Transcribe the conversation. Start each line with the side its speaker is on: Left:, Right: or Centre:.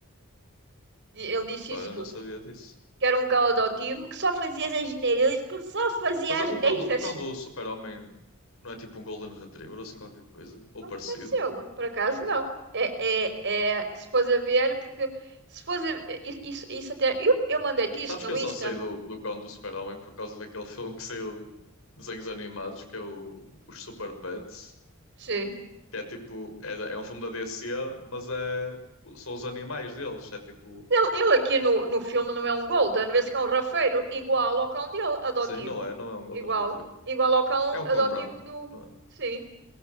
Right: E Ele disse
Left: Ora,
Right: isso, que,
Left: não sabia disso.
Right: que era um cão adotivo que só fazia as asneiras. Ele disse que só fazia
Left: Mas o
Right: as asneiras.
Left: cão do, o cão do Super-Homem não é tipo um Golden Retriever ou assim qualquer coisa? Ou
Right: Não
Left: parecido?
Right: me pareceu, por acaso não. É, é, é, se fores a ver, porque se fores a, isso, isso até. Eu, eu mandei-te
Left: Sabes
Right: isso
Left: que
Right: no
Left: eu só
Right: Insta.
Left: sei do, do cão do Super-Homem por causa daquele <laughs> filme que saiu de desenhos animados, que é o, os Super Pets,
Right: Sim.
Left: que é tipo, é, da- é um filme da DC, mas é, são os animais deles, é tipo,
Right: Ele, ele aqui no, no filme não é um Golden, vê-se que é um rafeiro igual ao cão dele, adotivo.
Left: sim, não é, não é um Golden
Right: Igual.
Left: Retriever.
Right: Igual ao cão
Left: É um
Right: adotivo
Left: cão branco,
Right: do.
Left: não é?
Right: Sim.